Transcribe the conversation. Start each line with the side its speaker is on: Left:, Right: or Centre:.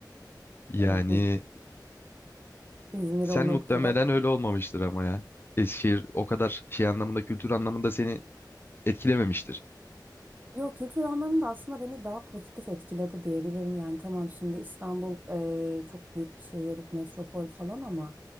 Left: Yani
Right: Evet, İz- İzmir
Left: sen
Right: o noktada
Left: muhtemelen öyle olmamıştır ama ya. Eskişehir o kadar şey anlamında, kültür anlamında seni etkilememiştir.
Right: Yok kültür anlamında aslında beni daha pozitif etkiledi diyebilirim. Yani tamam şimdi İstanbul e, çok büyük bir şehir, metropol falan ama